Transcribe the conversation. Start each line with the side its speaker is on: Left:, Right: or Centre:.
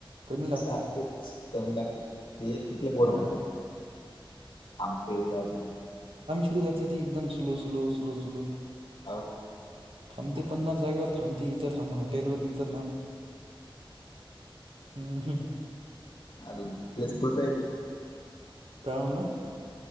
Right: कमी लागतात
Left: सारखेच कमी लागतील. ते तिथले बोर
Right: हम्म
Left: मारतात ते थांबते अजून
Right: क ज ती एकदम स्लो स्लो स्लो स्लो
Left: हो
Right: थांबते पन्नास जागेवर थांबते इथं थांब हॉटेलवर तिथं थांब. हम्म ह.
Left: अजून प्लस फुल राहिज
Right: काय म्हणला.